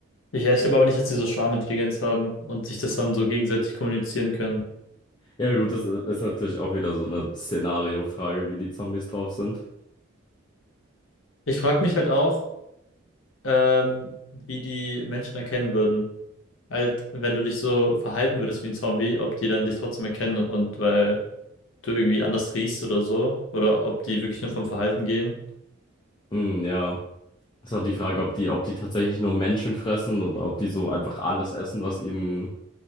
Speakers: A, on the left (about 70°); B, on the left (about 20°).
A: Ich, ja, ich glaube aber nicht, dass die so Schwarmintelligenz haben und sich das dann so gegenseitig kommunizieren können.
B: Ja, gut, das i- ist natürlich auch wieder so eine Szenariofrage, wie die Zombies drauf sind.
A: Ich frage mich halt auch, ähm, wie die Menschen erkennen würden. Halt, wenn du dich so verhalten würdest wie ein Zombie, ob die dann dich trotzdem erkennen und weil du irgendwie anders riechst oder so, oder ob die wirklich nur vom Verhalten gehen.
B: Hm, ja. Ist auch die Frage, ob die, ob die tatsächlich nur Menschen fressen oder ob die so einfach alles essen, was ihnen,